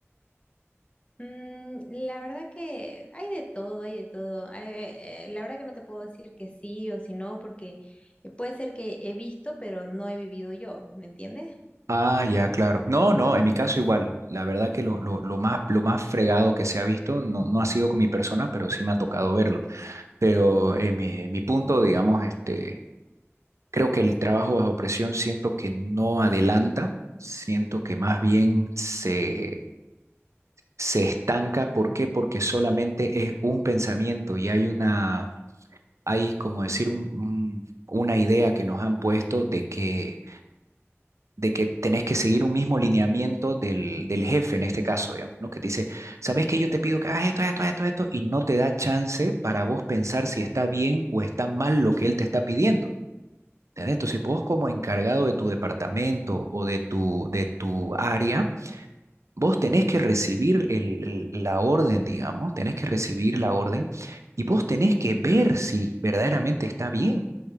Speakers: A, on the left; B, on the right.
A: Mm, la verdad que hay de todo, hay de todo. Eh, eh, la verdad que no te puedo decir que sí o si no, porque eh, puede ser que he visto, pero no he vivido yo, ¿me entiendes?
B: Ah, ya, claro. No, no, en mi caso
A: <laughs>
B: igual. La verdad que lo, lo, lo más, lo más fregado que se ha visto no, no ha sido con mi persona, pero sí me ha tocado verlo. Pero en mi, en mi punto, digamos, este, creo que el trabajo bajo presión siento que no adelanta, siento que más bien se, se estanca. ¿Por qué? Porque solamente es un pensamiento y hay una, hay como decir, un- un- una idea que nos han puesto de que de que tenés que seguir un mismo lineamiento del, del jefe en este caso, digamos, ¿no? Que te dice, ¿sabes que yo te pido que hagas esto, esto, esto, esto? Y no te da chance para vos pensar si está bien o está mal lo que él te está pidiendo. ¿entendés? Entonces, vos como encargado de tu departamento o de tu, de tu área, vos tenés que recibir el- el- la orden, digamos, tenés que recibir la orden y vos tenés que ver si verdaderamente está bien